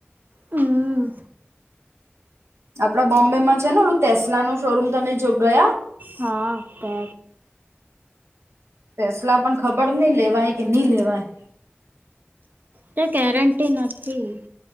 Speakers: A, on the right; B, on the right.
A: હમ્મ.
B: આપણા બોમ્બે માં છે ને ઓલું ટેસ્લાનું શોરૂમ તમે જો ગયા?
A: હા તે
B: ફેસલા પણ ખબર નહીં લેવાય કે નઈ લેવાય.
A: તો ગેરંટી નથી.